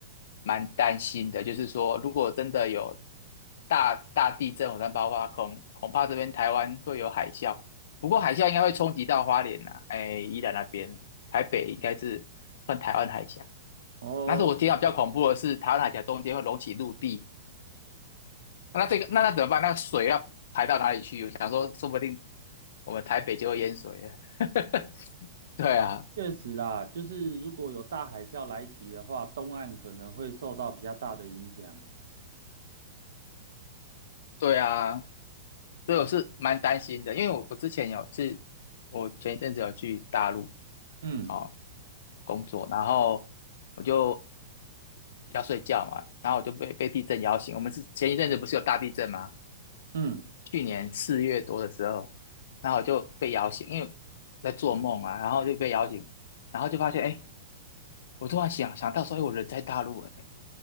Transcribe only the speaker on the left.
蛮担心的，就是说，如果真的有大大地震、火山爆发，恐恐怕这边台湾会有海啸。不过海啸应该会冲击到花莲呐、哎，宜兰那边，台北应该是算台湾海峡。
但是我听到比较恐怖的是，台湾海峡中间会隆起陆地，那这个那那怎么办？那个水要排到哪里去？我想说，说不定我们台北就会淹水了。<laughs> 对啊，
对啊，所以我是蛮担心的，因为我我之前有是，我前一阵子有去大陆
哦工作，然后我就要睡觉嘛，然后我就被被地震摇醒。我们是前一阵子不是有大地震吗？
去年四月多的时候，然后我就被摇醒，因为在做梦啊，然后就被摇醒，然后就发现哎。诶我突然想想到说，哎，我人在大陆，哎，